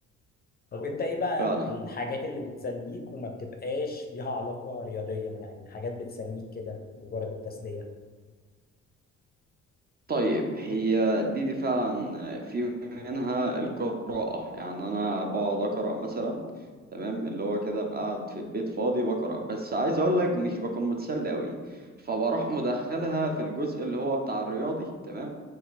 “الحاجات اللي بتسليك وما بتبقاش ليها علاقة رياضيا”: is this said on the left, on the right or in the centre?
Left